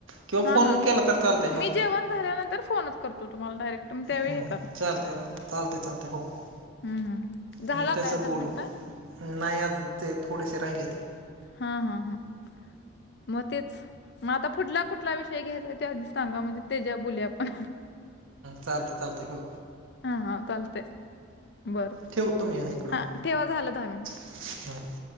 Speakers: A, on the right; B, on the left.
A: किंवा
B: हा
A: फोन
B: हा. मी
A: केला तर चालतंय हा
B: मी जेवण झाल्यानंतर फोनच करतो तुम्हाला डायरेक्ट. मग त्यावेळी
A: हम्म
B: हे करा
A: चालतंय बघा चालतंय चालतंय हो हो.
B: हम्म हम्म हम्म. झाला
A: मग त्याचं
B: काय दहा
A: बोलू
B: मिनिटं?
A: नाही आजून ते थोडेसे राहिलेती.
B: हा हा हा. मग तेच मग आता पुढला कुठला विषय घ्यायचा. ते आधीच सांगा म्हणजे, तेज्यावर बोलुया आपण
A: चालते चालते हो
B: हा चालतंय. बर बर
A: ठेवतो मी इकडून
B: हा ठेवा झालं दहा मिनिट.
A: हं.